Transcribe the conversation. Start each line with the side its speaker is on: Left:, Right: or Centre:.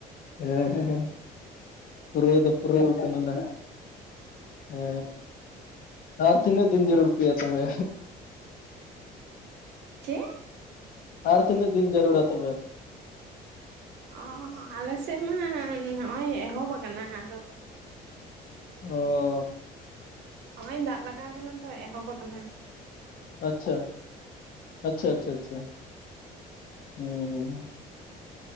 Left: ᱮ ᱦᱮᱸ ᱦᱮᱸ ᱯᱩᱨᱟᱹᱣ ᱫᱚ ᱯᱩᱨᱟᱹᱣ ᱠᱟᱱᱟ ᱱᱟᱦᱟᱜ᱾ ᱦᱮᱻ ᱟᱨ ᱛᱤᱱᱟᱹᱜ ᱫᱤᱱ ᱡᱟᱹᱨᱩᱲ ᱟᱯᱮᱭᱟ ᱛᱚᱵᱮ?
Right: ᱪᱮᱫ?
Left: ᱟᱨ ᱛᱤᱱᱟᱹᱜ ᱫᱤᱱ ᱡᱟᱹᱨᱩᱲᱟ ᱛᱚᱵᱮ?
Right: ᱦᱚ ᱦᱚ ᱦᱚ ᱟᱞᱮ ᱥᱮᱫ ᱢᱟ, ᱱᱚᱜᱼᱚᱭ ᱮᱦᱚᱵ ᱠᱟᱱᱟ ᱟᱫᱚ
Left: ᱚᱻ
Right: ᱱᱚᱜ-ᱚᱭ ᱫᱟᱜ ᱞᱟᱜᱟᱣ ᱠᱟᱱᱟ ᱛᱚ, ᱮᱦᱚᱵ ᱟᱠᱟᱱᱟ ᱾
Left: ᱟᱪᱪᱷᱟ, ᱟᱪᱪᱷᱟ ᱟᱪᱪᱷᱟ ᱟᱪᱪᱷᱟ, ᱦᱩᱸ ᱻ